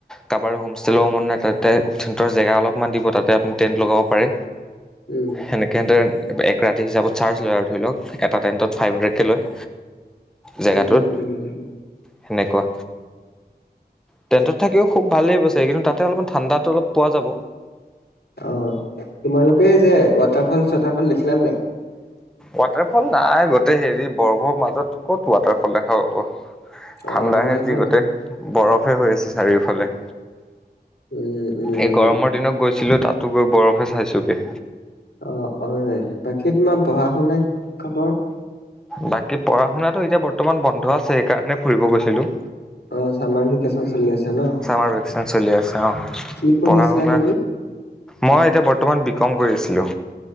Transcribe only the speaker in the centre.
কাৰাবাৰো হোম ল'ব মন নাই, তাতে তাহতৰ জেগা অলপমান দিব তাতে আপুনি টেণ্ট লগাব পাৰে।
সেনেকে সেহতে এক ৰাতি হিচাপত চাৰ্জ লয় আৰু ধৰি লওক, এটা টাইণ্টত ফাইভ হাণ্ড্ৰেডকে লয়। জেগাটোত।
সেনেকুৱা। টেন্তত থাকিও খুব ভালেই বস্তু কিন্তু তাতে অলপ ঠাণ্ডাটো অলপ পোৱা যাব,
ৱাটাৰফল নাই, গোটেই হেৰি বৰফৰ মাজত ক'ত ৱাটাৰফল দেখা পাব। ঠাণ্ডাহে
যি গোটে, বৰফে হৈ আছে চাৰিওফালে।
এই গৰমৰ
দিনত গৈছিলো তাতো গৈ বৰফে চাইছোগে।
বাকী পঢ়া শুনাটো এতিয়া বৰ্তমান বন্ধ আছে সেইকাৰণে ফুৰিব গৈছিলো।
চামাৰ ভেকেচন চলি আছে অ
পঢ়া
শুনা
মই এতিয়া বৰ্তমান বিকম কৰি আছিলোঁ।